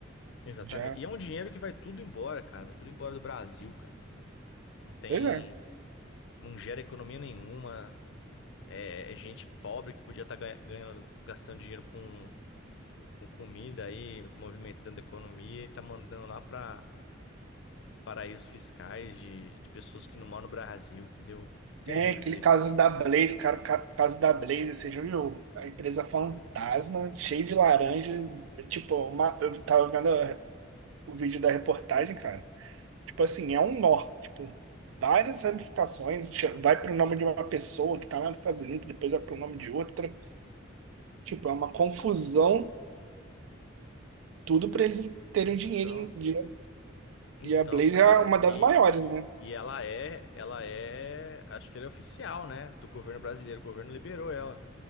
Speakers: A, on the left; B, on the right.
A: Exatamente.
B: Já.
A: E é um dinheiro que vai tudo embora, cara. Vai tudo embora do Brasil, cara. Não tem.
B: Pois é.
A: Não gera economia nenhuma. É, é gente pobre que podia estar ganhando, gastando dinheiro com, com comida aí, movimentando a economia e tá mandando lá pra. paraísos fiscais de, de pessoas que não moram no Brasil, entendeu? É terrível
B: É, aquele
A: isso aí,
B: caso
A: cara.
B: da Blaze, cara, ca- caso da Blaze, você já viu? A empresa fantasma, cheia de laranja. é Tipo, uma, eu tava vendo a- o vídeo da reportagem, cara. Tipo assim, é um nó. Tipo, várias ramificações. che- Vai pro nome de uma pessoa que tá lá nos Estados Unidos, depois vai pro nome de outra. Tipo, é uma confusão, tudo pra eles terem
A: Então,
B: dinheiro. em- dinheiro.
A: então,
B: E a Blaze
A: cara,
B: é uma das
A: e,
B: maiores, né?
A: e ela é, ela é, acho que ela é oficial, né, do governo brasileiro. O governo liberou ela.